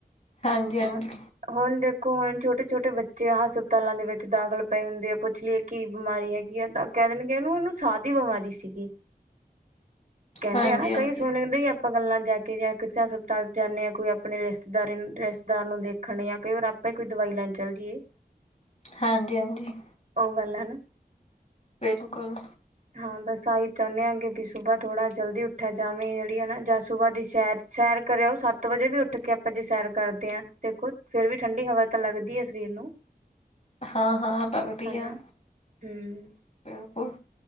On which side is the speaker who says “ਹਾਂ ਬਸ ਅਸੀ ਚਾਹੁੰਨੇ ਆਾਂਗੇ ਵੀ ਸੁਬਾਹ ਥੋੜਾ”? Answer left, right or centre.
Right